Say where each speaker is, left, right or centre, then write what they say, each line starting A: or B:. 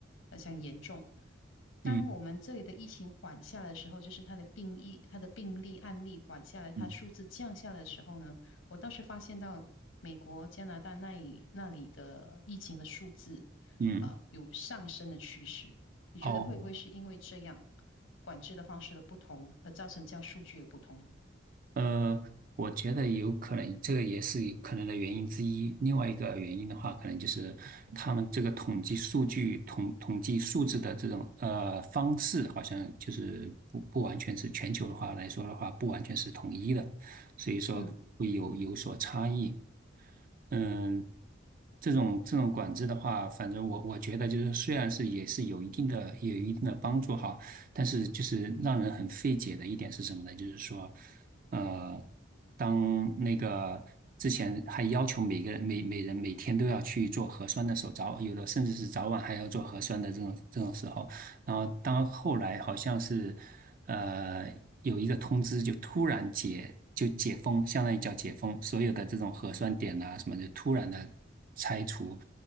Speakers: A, on the left; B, on the right.
A: 呃像严重。当我们这里的疫情缓下来的时候，
B: 嗯
A: 就是它的病疫、它的病例案例缓下来，它数字降下来的时候呢？
B: 嗯
A: 我倒是发现到美国、加拿大那里那里的疫情的数字，
B: 嗯，
A: 呃，有上升的趋势。你觉得会不会是因为这样
B: 哦，
A: 管制的方式的不同，而造成这样数据的不同呢？
B: 呃，我觉得有可能，这个也是有可能的原因之一。另外一个原因的话，可能就是他们这个统计数据、统统计数字的这种呃方式，好像就是不不完全是全球的话来说的话，不完全是统一的，所以说会有有所差异。
A: 嗯
B: 嗯，这种这种管制的话，反正我我觉得就是，虽然是也是有一定的有一定的帮助哈，但是就是让人很费解的一点是什么呢？就是说。呃，当那个之前还要求每个人每每人每天都要去做核酸的时候，早有的甚至是早晚还要做核酸的这种这种时候，然后当后来好像是呃有一个通知，就突然解就解封，相当于叫解封，所有的这种核酸点呐什么就突然的拆除，
A: 嗯哼，